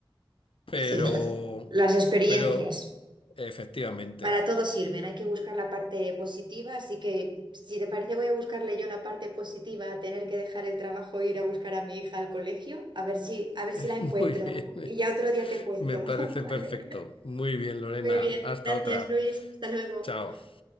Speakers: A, on the left (about 80°); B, on the right (about 55°).
A: pero,
B: sí, las experiencias.
A: pero efectivamente,
B: Para todo sirven, hay que buscar la parte positiva, así que si te parece voy a buscarle yo la parte positiva a tener que dejar el trabajo e ir a buscar a mi hija al colegio, a ver si, a ver
A: <laughs>
B: si la encuentro
A: muy bien.
B: y ya otro día te cuento,
A: Me parece
B: <laughs> ¿vale?
A: perfecto. Muy bien, Lorena.
B: Muy bien,
A: Hasta
B: gracias
A: otra.
B: Luis, hasta luego.
A: Chao.